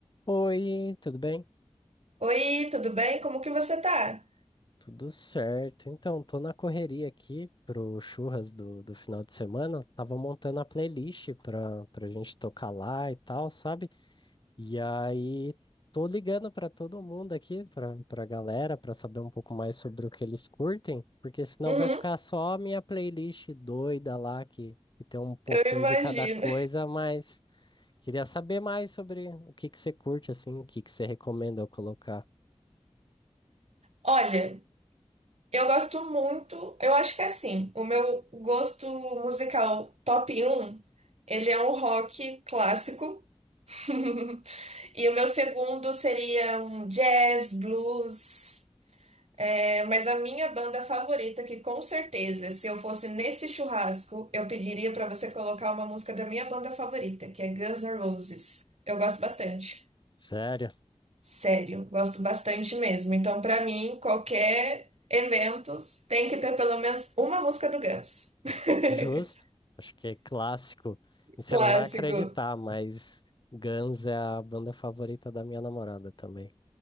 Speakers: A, on the left; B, on the right.
A: Oi, tudo bem?
B: Oi, tudo bem? Como que você tá?
A: Tudo certo. Então, tô na correria aqui pro churras do, do final de semana. Tava montando a playlist pra, pra gente tocar lá e tal, sabe? E aí, tô ligando pra todo mundo aqui, pra, pra galera, pra saber um pouco mais sobre o que eles curtem, porque senão
B: Uhum,
A: vai ficar só a minha playlist doida lá, que, que tem um pouquinho
B: eu imagino.
A: de cada coisa, mas queria saber mais sobre o que que você curte, assim, o que que você recomenda eu colocar.
B: Olha, eu gosto muito, eu acho que é assim, o meu gosto musical top um, ele é um rock clássico. <laughs> E o meu segundo seria um jazz, blues. é, mas a minha banda favorita, que com certeza, se eu fosse nesse churrasco, eu pediria pra você colocar uma música da minha banda favorita, que é Guns N' Roses. Eu gosto bastante.
A: Sério?
B: Sério, gosto bastante mesmo. Então, pra mim, qualquer evento tem que ter pelo menos uma música do Guns. <laughs>
A: Justo, acho que é clássico. E você
B: Clássico.
A: não vai acreditar, mas Guns é a banda favorita da minha namorada também.